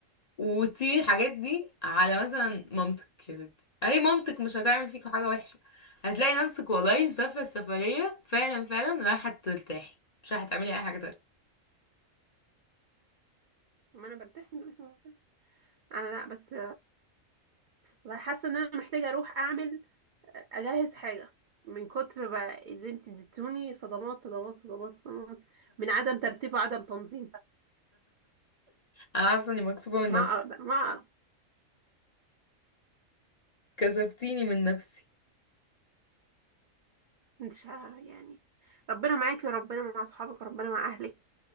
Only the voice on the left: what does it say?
وتسيبي الحاجات دي على مثلا مامتك يا ستي اي مامتك مش هتعمل فيكوا حاجة وحشة هتلاقي نفسك والله مسافرة السفرية فعلا فعلا رايحة ترتاحي مش رايحة تعملي اي حاجة تانية
انا حاسة اني مكسوفة من
نفسي
كسفتيني من نفسي